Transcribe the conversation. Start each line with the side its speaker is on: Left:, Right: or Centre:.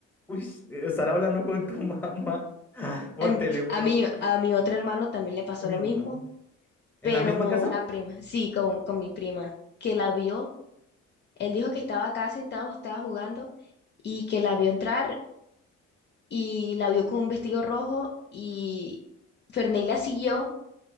Centre: uy, estar hablando con tu mamá <laughs> por
Left: Em,
Centre: teléfono.
Left: a mí,
Centre: que-
Left: a mi otro hermano también le pasó
Centre: Uy,
Left: lo mismo,
Centre: no. ¿En
Left: pero
Centre: la misma
Left: con
Centre: casa?
Left: una prima. Sí, con, con mi prima, que la vio. Él dijo que estaba acá sentado, estaba jugando, y que la vio entrar, y la vio con un vestido rojo, y Ferney la siguió